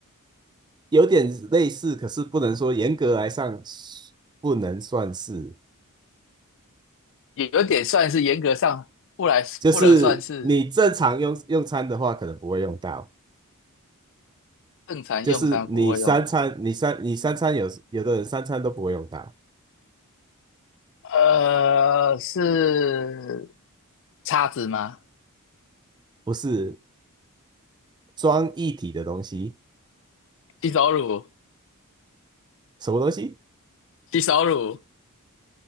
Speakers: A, on the right; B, on the left.
A: 有点类似，可是不能说严格来上不能算是，
B: 有有点算是严格上不来不能算是
A: 就是你正常用用餐的话，可能不会用到，
B: 正常用餐不会用，
A: 就是你三餐，你三你三餐有有的人三餐都不会用到，
B: 呃，是叉子吗？
A: 不是装一体的东西，
B: 洗手乳，
A: 什么东西？
B: 洗手乳